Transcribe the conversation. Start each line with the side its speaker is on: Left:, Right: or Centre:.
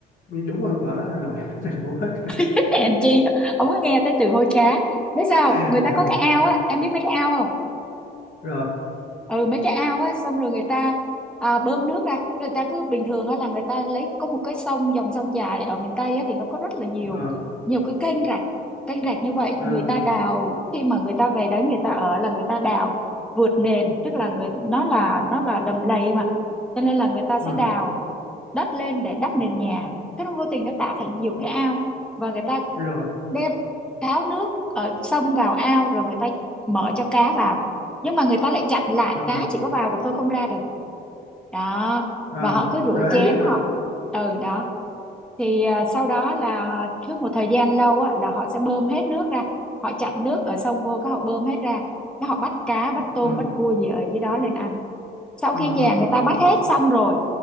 Left: đúng rồi ở Hà Nội <laughs> Sài Gòn hết
Centre: <laughs> hèn chi không có nghe tới từ hôi cá biết sao không?
Left: <laughs>
Centre: người ta có cái ao á em biết mấy cái ao không
Left: rồi
Centre: ừ mấy cái ao ấy xong rồi người ta à, bơm nước ra người ta cứ bình thường á là người ta lấy có một cái sông dòng sông dài ở miền Tây á thì nó có rất là nhiều
Left: ờ
Centre: nhiều cái kênh rạch kênh rạch như vậy người
Left: ờ
Centre: ta đào khi mà người ta về đấy người ta ở là người ta đào vượt nền tức là người nó là nó là đầm lầy mà cho nên là người ta sẽ
Left: ừ
Centre: đào đất lên để đắp nền nhà cái nó vô tình nó tạo thành nhiều cái ao và người ta
Left: rồi
Centre: đem tháo nước ở sông vào ao rồi người ta mở cho cá vào nhưng mà người ta lại chặn lại
Left: ờ
Centre: cá chỉ có vào được thôi không ra được đó
Left: ờ
Centre: và họ cứ rửa
Left: rồi
Centre: chén
Left: em biết rồi
Centre: họ ừ đó thì à, sau đó là cứ một thời gian lâu á là họ sẽ bơm hết nước ra họ chặn nước ở sông vô cái họ bơm hết ra cái họ bắt cá bắt tôm
Left: ừ
Centre: bắt cua gì ở dưới đó lên ăn sau
Left: ừ
Centre: khi nhà
Left: ừ ừ
Centre: người
Left: ừ
Centre: ta bắt
Left: ừ.
Centre: hết xong rồi